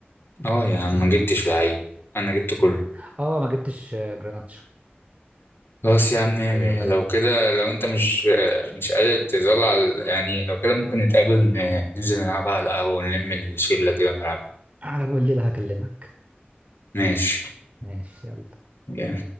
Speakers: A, on the left (about 70°); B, on the right (about 35°).
A: اه يا عم ما جبتش لعيب أنا جبت
B: جبت
A: كله
B: اه ما جبتش آه، جراناتشو
A: خلاص يا عم مية
B: ايوه
A: مية.
B: ايوه
A: لو كده لو أنت مش مش قادر تظل على يعني لو كده ممكن نتقابل ن- ننزل نلعبها على القهوة ونلم الشلة كده ونلعب
B: على بالليل هكلمك
A: ماشي
B: ماشي يلا
A: يلا.